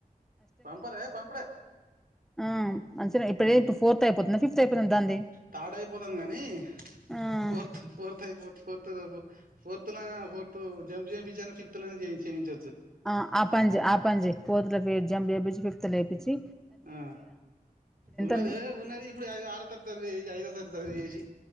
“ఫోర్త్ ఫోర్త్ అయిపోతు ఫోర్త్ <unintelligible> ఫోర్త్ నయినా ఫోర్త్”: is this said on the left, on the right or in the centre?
Right